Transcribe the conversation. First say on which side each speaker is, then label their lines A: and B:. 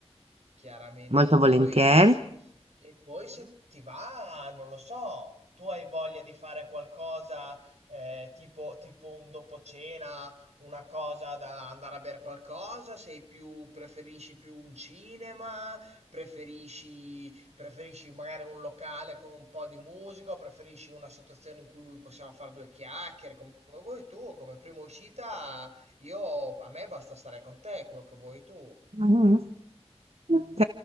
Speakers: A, on the right (about 80°); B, on the right (about 65°).
A: chiaramente
B: Molto
A: offro
B: volentieri.
A: io e poi se ti va, non lo so, tu hai voglia di fare qualcosa eh, tipo, tipo un dopo cena, una cosa da andare a bere qualcosa, sei più, preferisci più un cinema, preferisci, preferisci magari un locale con un po' di musica, o preferisci una situazione in cui possiamo fare due chiacchiere, come vuoi tu, come prima uscita, io, a me basta stare con te, quello che vuoi tu.
B: Ah, Ok,